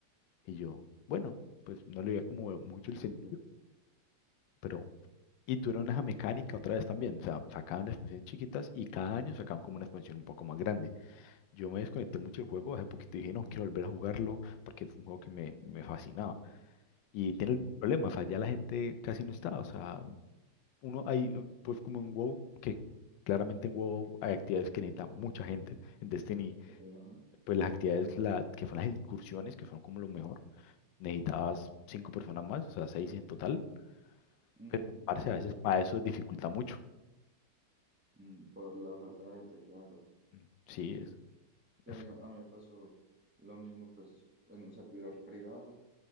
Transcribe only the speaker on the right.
Sí,
sí,
sí,
sí, ajá.
Mm,
ok.
Mm, por la falta de gente, claro.
Ya,
digamos, a mí me pasó lo mismo, pues, en un servidor privado.